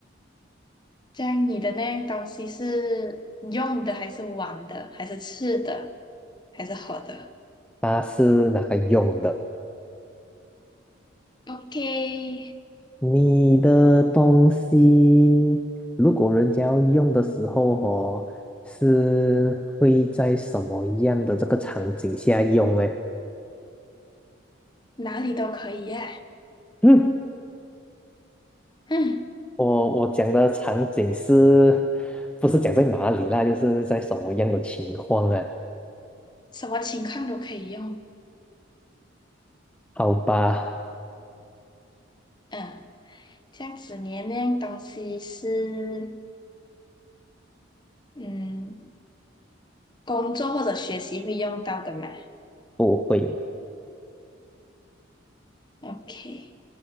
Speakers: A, on the left; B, in the centre.
A: 这样你的那样东西是用的还是玩的，还是吃的，还是喝的
B: 它是拿来用的。
A: ？OK，
B: 你的东西，如果人家要用的时候哦，是会在什么样的这个场景下用嘞？
A: 哪里都可以耶，
B: 嗯，
A: 嗯，
B: 我我讲的场景是，不是讲在哪里啦？就是在什么样的情况啊？
A: 什么情况都可以用。
B: 好吧，
A: 嗯，这样子你的那样东西是嗯工作或者学习会用到的嘛
B: 不会。
A: ？OK，